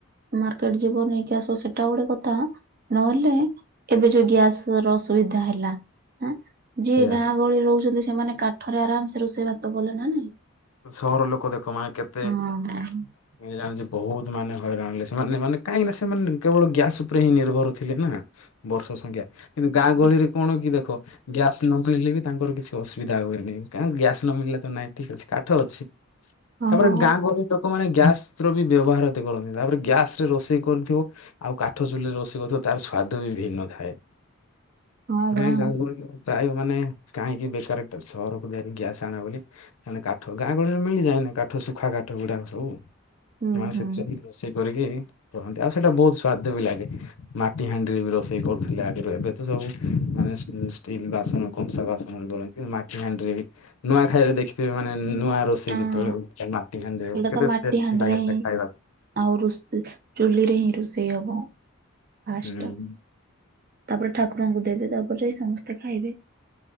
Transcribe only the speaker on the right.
ମାର୍କେଟ ଯିବ ନେଇକି ଆସିବ ସେଟା ଗୋଟେ କଥା ନହେଲେ ଏବେ ଯୋଉ ଗ୍ୟାସ ର ଅସୁବିଧା ହେଲା ହଁ ଯିଏ
ଗାଁ ଗହଳି ରହୁଛନ୍ତି ସେମାନେ କାଠରେ ଆରାମ ସେ ରୋଷେଇ ବାସ କଲେ ନା ନାଇଁ
ହଁ ହଁ
ହଁ। ହଁ
ହଁ
ପରା।
ହୁଁ
ହୁଁ
ହଁ
ଏଇଟା
ତ ମାଟି
ହାଣ୍ଡିରେ
ହିଁ
ଆଉ ରୋଷେଇ ଚୁଲିରେ ହିଁ ରୋଷେଇ ହବ ଫାଷ୍ଟ୍
ତାପରେ ଠାକୁରଙ୍କୁ ଦେବେ ତାପରେ ଯାଇ ସମସ୍ତେ ଖାଇବେ